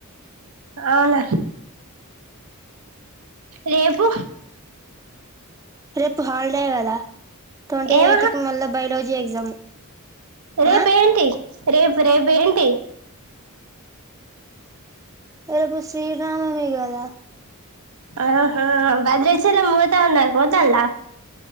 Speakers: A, on the right (about 80°); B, on the right (about 15°).
A: అవునా రేపు
B: రేపు హాలిడే కదా ట్వంటీ
A: ఏం
B: ఎయిత్ కి మళ్ళ బయాలజీ ఎగ్జామ్
A: రేపు
B: ఆ
A: ఏంటి రేపు రేపు ఏంటి
B: అదేపు శ్రీరామ మీ కాద
A: ఆహా బద్రచలో మూతవన్నా గదల